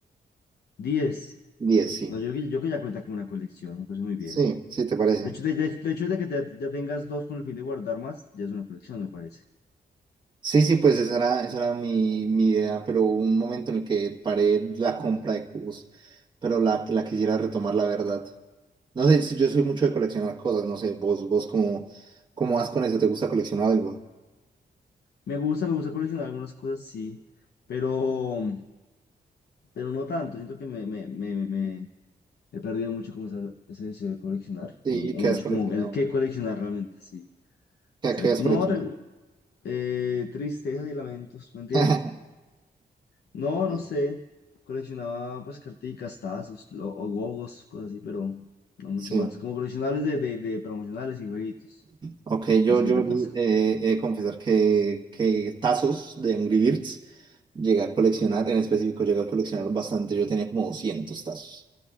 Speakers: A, on the left; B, on the right.
A: Diez.
B: diez sí.
A: No, yo, que- yo que ya cuenta con una colección, me parece muy bien.
B: Sí, sí, ¿te parece?
A: De hecho, de, de- de hecho, de que te- ya tengas dos con el fin de guardar más, ya es una colección, me parece.
B: Sí, sí, pues esa era, esa era mi, mi idea, pero hubo un momento en el que paré la compra de cubos, pero la, la quisiera retomar, la verdad. No sé, si- yo soy mucho de coleccionar cosas, no sé, vos, vos cómo, cómo vas con eso, ¿te gusta coleccionar algo?
A: Me gusta, me gusta coleccionar algunas cosas, sí, pero, pero no tanto. Siento que me, me, me, me- me- he perdido mucho como esa- ese deseo de coleccionar,
B: ¿Y,
A: o
B: y qué
A: o mucho
B: has coleccionado?
A: como el que coleccionar realmente, sí.
B: ¿Qué,
A: O
B: qué
A: sea,
B: has
A: no,
B: coleccionado?
A: re- eh, tristezas y lamentos, mentiras.
B: <laughs>
A: No,
B: Ok,
A: no sé. Coleccionaba pues carticas, tazos, lo- o gogos, cosas así, pero no mucho
B: Sí,
A: más. Como coleccionables de, de, de promocionales y jueguitos,
B: ok, yo,
A: más que
B: yo
A: otra cosa.
B: eh, he de confesar que, que tazos de Angry Birds llegué a coleccionar, en específico llegué a coleccionar bastante, yo tenía como 200 tazos.